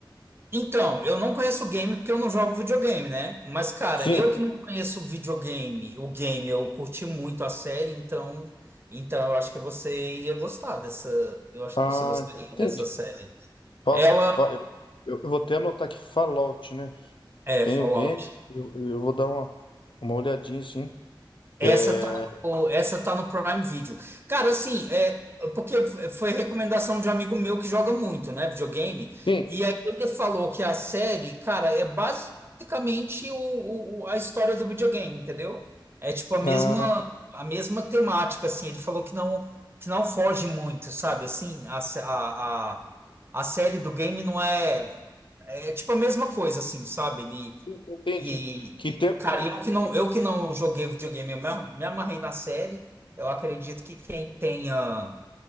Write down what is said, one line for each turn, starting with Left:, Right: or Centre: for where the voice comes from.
Right: então, eu não conheço o game porque eu não jogo videogame, né? Mas, cara,
Left: Sim.
Right: eu que não conheço o videogame, o game, eu curti muito a série, então, então eu acho que você iria gostar dessa, eu acho
Left: Ah,
Right: que você gostaria
Left: entendi.
Right: dessa série.
Left: Fa-
Right: Ela
Left: fa- eu, eu- eu vou até anotar aqui Fallout, né?
Right: é
Left: Tem
Right: Fallout.
Left: o game, eu, eu vou dar uma, uma olhadinha, sim.
Right: Essa
Left: É,
Right: tá no, essa tá no Prime Video. Cara, assim, é, porque foi recomendação de um amigo meu que joga muito, né, videogame,
Left: sim,
Right: e aí ele falou que a série, cara, é basicamente o, o- o- a história do videogame, entendeu? É tipo a mesma
Left: ah,
Right: a mesma temática, assim. Ele falou que não que não foge muito, sabe? Assim, a, sé- a, a, a série do game não é é tipo a mesma coisa, assim, sabe?
Left: entendi.
Right: E,
Left: Que tem, porque
Right: cara, eu que não, eu que não joguei videogame, eu me, a- me amarrei na série. Eu acredito que quem tenha,